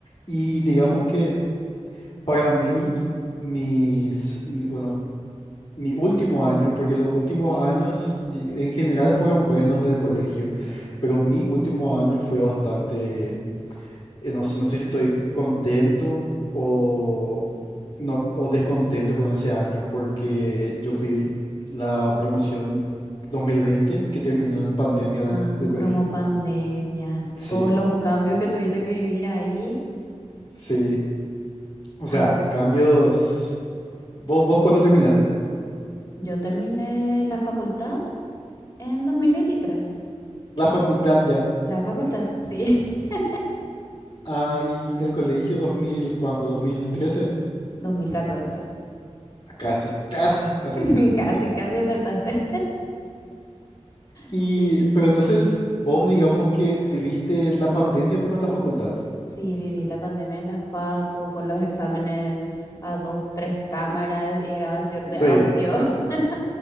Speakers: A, on the left; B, on the left.
A: Y digamos que para mí, mis, mi- bueno, mi último año, porque los últimos años di- en general fueron buenos desde el colegio, pero mi último año fue bastante, eh, no sé, no sé si estoy contento o, no, o descontento con ese año, porque yo fui la promoción 2020 que terminó en pandemia
B: Ah,
A: del colegio.
B: promo pandemia,
A: Sí,
B: todos los cambios que tuviste que vivir ahí.
A: sí. O sea,
B: Ahora, s-
A: cambios. ¿Vos, vos cuándo terminaste?
B: yo terminé la facultad en 2023.
A: La facultad ya.
B: La facultad, sí, <laughs>
A: Ah, y el colegio 2000, ¿cuánto? ¿2013?
B: 2014.
A: Ah, Casi, casi, hacete.
B: <laughs> Casi, casi acertaste.
A: Y,
B: Sí,
A: pero entonces, vos digamos que viviste la pandemia, pero en la facultad.
B: sí, viví la pandemia en la facu con los exámenes a dos, tres cámaras y grabación de
A: Sí.
B: audio <laughs>